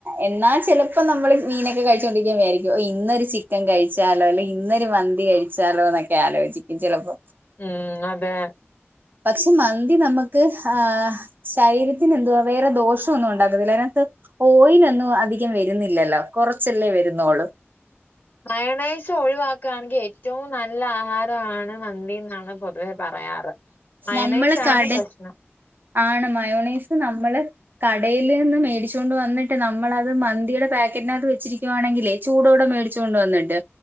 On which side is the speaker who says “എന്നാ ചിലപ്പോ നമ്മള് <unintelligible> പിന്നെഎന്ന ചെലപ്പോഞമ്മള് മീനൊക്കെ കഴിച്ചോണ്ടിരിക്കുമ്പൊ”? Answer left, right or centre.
Right